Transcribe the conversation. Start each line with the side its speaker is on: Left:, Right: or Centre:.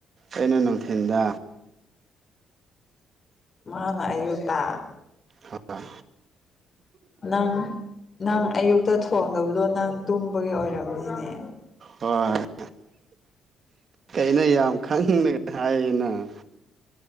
Right: ꯑꯩꯅ ꯅꯨꯡꯊꯤꯟꯗ
Left: ꯃꯥꯒ ꯑꯌꯨꯛꯇ
Right: ꯍꯣꯏ
Left: ꯅꯪ ꯅꯪ ꯑꯌꯨꯛꯇ ꯊꯣꯡꯗꯕꯗꯣ ꯅꯪ ꯇꯨꯝꯕꯒꯤ ꯑꯣꯏꯔꯝꯅꯤꯅꯦ
Right: ꯍꯣꯏ ꯀꯩꯅ ꯌꯥꯝ ꯈꯪꯅ ꯍꯥꯏꯌꯦꯅ